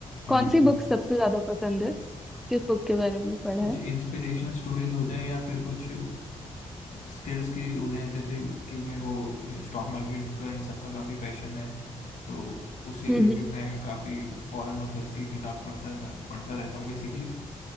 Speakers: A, on the left; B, in the centre.
A: हम्म
B: कौन सी बुक सबसे ज्यादा पसंद है किस बुक के बारे में पढ़ा
A: कुछ
B: है
A: इंस्पिरेशनल स्टोरीज हो जाए या फिर कुछ स्किल्स की हो जाए जैसे कि मेरे को स्टॉक मार्केट का इन सब का काफ़ी पैशन है तो उससे
B: हम्म
A: रिलेटेड
B: हम्म।
A: मैं काफ़ी फॉरेन ऑथर्स की किताब पढ़ता पढ़ता रहता हूँ बेसिकली